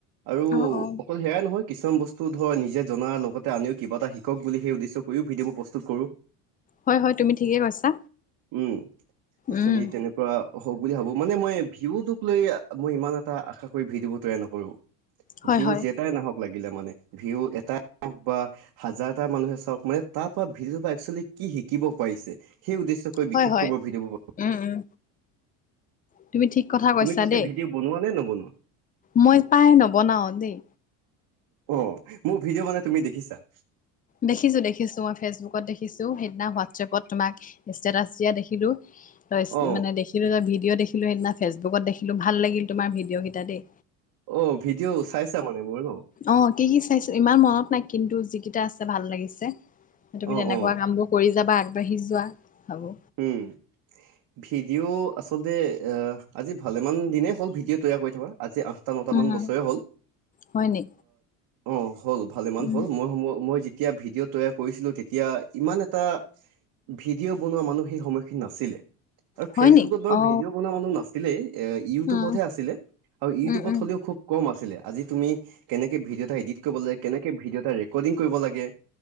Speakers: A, on the right; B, on the left.
A: আৰু
B: অ অ
A: অকল সেয়াই নহয় কিছুমান বস্তু ধৰ নিজে জনাৰ লগতে আনিও কিবা এটা শিকক বুলি সেই উদ্দেশ্য কৰিও ভিডিঅ'ব প্ৰস্তুত কৰোঁ
B: হয় হয় তুমি ঠিকে কৈছা
A: উম একচেলি
B: উম
A: তেনেকুৱা হওক বুলি ভাবো মানে মই ভিউটোক লৈ মই ইমান এটা আশা কৰি ভিডিঅ' বোৰ তৈয়াৰ নকৰো
B: হয়
A: ভিউজ
B: হয়
A: যেটাই নাহক লাগে মানে ভিও এটা বা হাজাৰটা মানুহে চাওক মানে তাৰ পৰা ভিউজৰ পৰা এক্সুয়েলি কি শিকিব পাৰিছে সেই উদ্দেশ্যকৈ
B: হয়
A: বিশেষকৈ
B: হয়
A: মই ভিডিঅ'বোৰ
B: উম উম তুমি ঠিক কথা কৈছা
A: তুমি পিছে
B: দেই
A: ভিডিঅ' বনোৱা নে নবনোৱা
B: মই পায় ন বনাওঁ দেই
A: অ মোৰ ভিডিঅ' বনাই তুমি দেখিছা
B: দেখিছো দেখিছো মই ফেচবুকত দেখিছো সেইদিনা হোৱাটছএপত তোমাক ষ্টেটাছ দিয়া দেখিলো তই
A: অ
B: মানে দেখিলো তই ভিডিঅ' দেখিলো সেইদিনা ফেচবুকত দেখিলো ভাল লাগিল তোমাৰ ভিডিঅ' কেইটা দেই
A: অ ভিডিঅ' চাইছা মানে মোৰ ন
B: অ কি কি চাইছো ইমান মনত নাই কিন্তু যিকেইটা আছে ভাল লাগিছে তুমি
A: অ
B: তেনেকুৱা
A: অ
B: কাম বোৰ কৰি যাবা আগবাঢ়ি যোৱা ভাবো
A: উম ভিডিঅ' আচলতে এ আজি ভালেমান দিনেই হ'ল ভিডিঅ' তৈয়াৰ কৰি থকা আজি আঠটা নটামান
B: উম
A: বছৰে হ'ল
B: হয় নি
A: অঁ। হ'ল ভালে ইমান
B: উম
A: হ'ল মইই মই। যেয়া ভিডিঅ তৈয়াৰ কৰিছিলো তেতিয়া ইমান এটা ভিডিঅ' বনোৱা মানুহ। সেই সময়খিনিত নাছিলে আৰু
B: হয়
A: ফেচবুকত
B: নি
A: বাৰু
B: অ
A: ভিডিঅ' বনোৱা মানুহ নাছিলেই। এ ইউটিউবতহে
B: উম
A: আছিলে আৰু ইউটিউবত
B: উম উম
A: হ'লেও খুব কম আছিলে আজি তুমি কেনে। ভিডিঅ' এটা ইডিত কৰিবলে কেনেকে ভিডিঅ ৰেকৰ্ডিং কৰিব লাগে